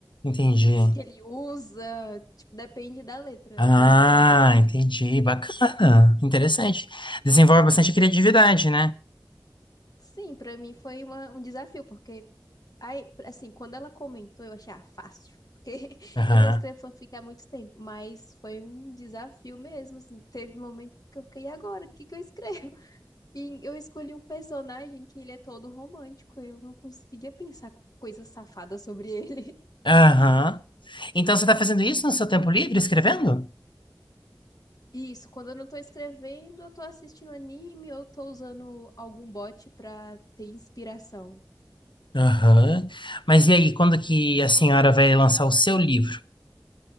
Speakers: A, on the left; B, on the left.
A: Entendi.
B: o que que ele usa, tipo, depende da letra
A: Ah,
B: do alfabeto.
A: entendi. Bacana. Interessante. Desenvolve bastante criatividade, né?
B: Sim, pra mim foi uma- um desafio, porque, aí, assim, quando ela comentou, eu achei, ah, fácil. Porque <laughs>
A: Aham.
B: eu já escrevo fanfic há muito tempo, mas foi um desafio mesmo, assim. Teve momentos que eu fiquei, e agora? O que que eu escrevo? E eu escolhi um personagem que ele é todo romântico. Eu não conseguia pensar coisa safada sobre ele. <laughs>
A: Aham. Então você está fazendo isso no seu tempo livre, escrevendo?
B: E Isso, quando eu não tô escrevendo, eu tô assistindo anime ou tô usando algum bot pra ter inspiração.
A: Aham. Mas e aí, quando que a senhora vai lançar o seu livro?